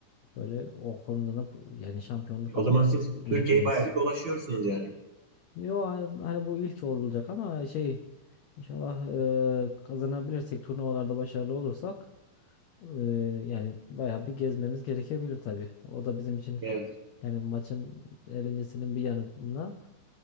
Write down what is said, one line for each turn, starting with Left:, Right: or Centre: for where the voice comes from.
Left: Böyle o konuda da yani şampiyonluk
Right: O
Left: almak
Right: zaman siz
Left: niyetindeyiz.
Right: Türkiye'yi bayağı bir dolaşıyorsunuz yani.
Left: Yo hani bu ilk olacak ama şey inşallah e, kazanabilirsek turnuvalarda başarılı olursak e, yani bayağı bir gezmemiz gerekebilir tabii. O da bizim için
Right: Evet.
Left: yani maçın eğlencesinin bir yanında